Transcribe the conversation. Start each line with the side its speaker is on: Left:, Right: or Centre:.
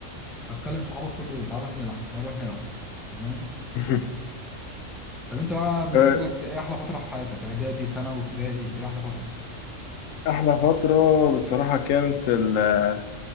Centre: هتكلم صحابك كل يوم تعال نروح نلعب تعال نروح نلعب تمام
Left: <laughs>
Centre: طب انت بقى بالنسبه
Left: أه،
Centre: لك ايه احلى فتره في حياتك اعدادي ثانوي ابتدائي ايه احلى فتره
Left: احلى فتره بصراحه كانت ال-